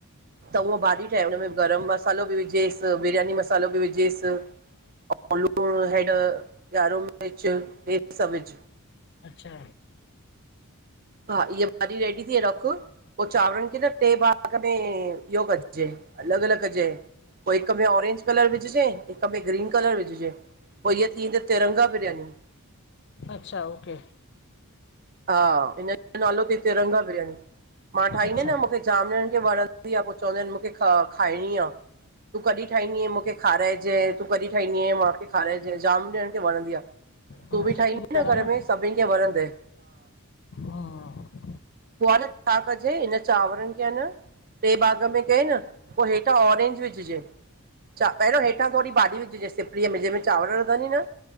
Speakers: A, on the right; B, on the left.
A: त हूअं भाॼी ठाहे हुन में गरम मसालो बि विझेसि, बिरयानी मसालो बि विझेसि। लूण, हेड्, गा्डो मिर्च, हे सब विझ।
B: अच्छा।
A: हा, इहा भाॼी रेडी थी रख पो चांवरनि खे न टे भाॻ में, इहो कॼे अलॻ अलॻ कॼे। पो हिक में ऑरेंज कलर विझजंए, हिक में ग्रीन कलर विझजंए, पो इअ थी त तिरंगा बिरयानी।
B: अच्छा, ओके।
A: हा हिन जो नालो थई तिरंगा बिरयानी। मां ठाहींदी
B: अच्छा
A: आं न मूंखे जाम ॼणनि खे वणंदी आ। पो चवंदा आहिनि मूंखे ख खाइणी आ। तूं कॾहिं ठाहींदीअं, मूंखे खाराएजंए, तूं कॾहिं ठाहींदीअं, मूंखे खाराइंजंए, जाम ॼणनि खे वणंदी आ। तूं
B: हा
A: बि
B: सुठी
A: ठाहींदी न
B: ॻाल्हि
A: घर
B: आहे
A: में सभिन खे वणंदय।
B: हम्म
A: पो आ न छा कजे, हिन चांवरनि खे अं न टे भाग में कयई न, पो हेठां ऑरेंज विझजे। चा पहिरियों हेठां थोड़ी भाॼी विझजे सिपरीअ में, जंहिंमें चांवर रधंदीय न।